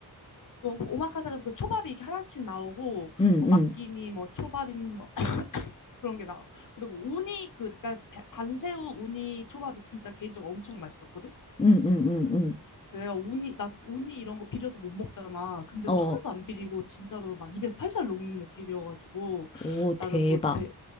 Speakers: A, on the left; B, on the left.
A: 또 오마카세라서 그 초밥이 이렇게 하나씩 나오고,
B: 응,
A: 뭐
B: 응.
A: 막기니, 뭐 초밥이니, 뭐 <laughs> <clears throat> 그런 게 나와. 그리고 우니, 그, 그니까 단새우 우니 초밥이 진짜 개인적으로 엄청 맛있었거든?
B: 응, 응, 응, 응.
A: 내가 우니, 나 우니 이런 거 비려서 못 먹잖아. 근데도
B: 어,
A: 하나도 안 비리고 진짜로 막 입에서 살살 녹는 느낌이어가지고
B: 오,
A: 나는
B: 대박.
A: 그거 되,